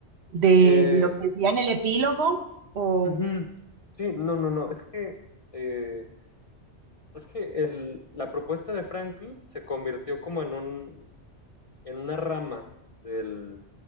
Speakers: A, on the right; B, on the left.
A: de
B: Eh,
A: lo que decía en el epílogo o
B: ujú. Sí, no, no, no, es que... eh, Es que el, la propuesta de Frankl se convirtió como en un, en una rama del